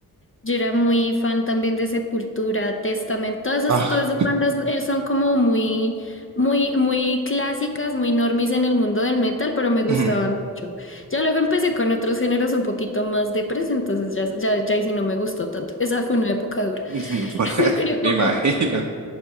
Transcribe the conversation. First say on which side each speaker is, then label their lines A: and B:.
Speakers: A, on the left (about 35°); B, on the right (about 50°).
A: Yo era muy fan también de Sepultura, Testament, todas esas,
B: Ah.
A: todas esas bandas eh, son como muy, muy, muy clásicas, muy normis en el mundo del metal, pero me gustaban
B: <laughs>
A: mucho. Ya luego empecé con otros géneros un poquito más depres, entonces ya, ya, ya ahí sí no me gustó tanto. Esa fue una época dura.
B: Ujú. <laughs>
A: <laughs> Pero,
B: Me imagino.